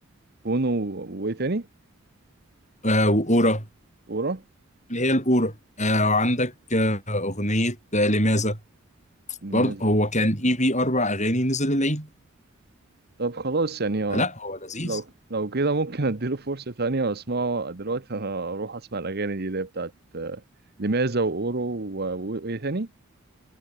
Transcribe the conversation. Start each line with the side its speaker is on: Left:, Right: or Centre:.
Right: بونو و- وإيه تاني
Left: آه وأورا
Right: ورا
Left: اللي هي الأورا آه وعندك آه أغنية آه لماذا
Right: نماذج
Left: برضه هو كان اي بي أربع أغاني نزل العيد
Right: طب خلاص يعني آه،
Left: لا هو لذيذ
Right: لو لو كده ممكن أديله فرصة تانية وأسمعه دلوقتي أنا أروح أسمع الأغاني دي اللي هي بتاعت آه، لماذا وأورو و- وإيه تاني